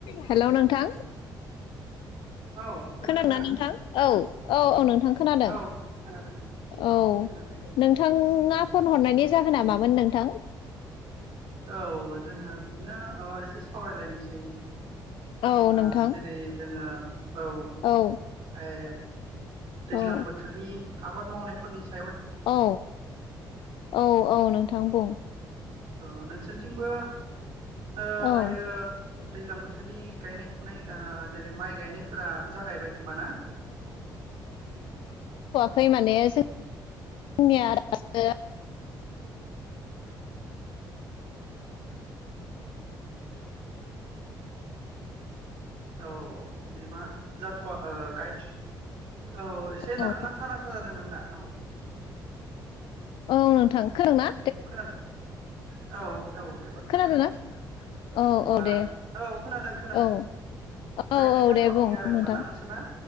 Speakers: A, on the left; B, on the right.
A: Hello नोंथां
B: औ खोनादोंना
A: खोदोंना नोंथां औ औ औ नों नोंथां खोनादों
B: औ खोनादों
A: औ
B: खोनादों
A: नोंथाङा
B: उम
A: फन हरनायनि जाहोना मामोन नोंथां
B: औ जोङो बिदिनो ओ सावरायलायनोसै ओ
A: औ नोंथां
B: जेरै जोङो औ
A: औ
B: ओ दैज्लां
A: औ
B: बोथोरनि आबाद मावनाय खननैसो
A: औ औ औ नोंथां बुं।
B: अ नोंसोरथिंबो ओ
A: औ
B: दायो दैज्लां बोथोरनि गायनाय फुनाय ओ जेरै माइ गायनायफोरा जागायबाय खोमा ना?
A: खै माने जों निया दासो <unintelligible>
B: औ बिदिबा जाथ'वा ओ गाइड औ एसे नांथा
A: औ
B: नांथा जादों नोंना। औ
A: औ नोंथां खोंनादोंना?
B: खोनादों औ औ एबार खोनादों
A: खोनादोंना औ
B: होमबा
A: औ दे
B: औ खोनादों खोनादों
A: औ
B: गायनाय
A: औ औ
B: जाथ'वाखै
A: दे बुं
B: आरो होमबा
A: नोंथां,
B: ना नोंसोरना